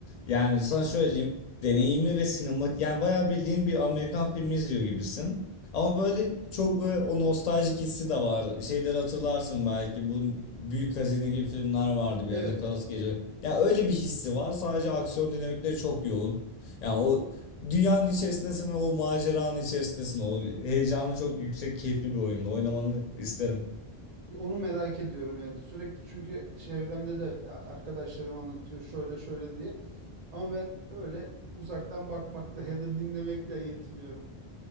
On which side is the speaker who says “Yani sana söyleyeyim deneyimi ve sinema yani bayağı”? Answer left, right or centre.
Left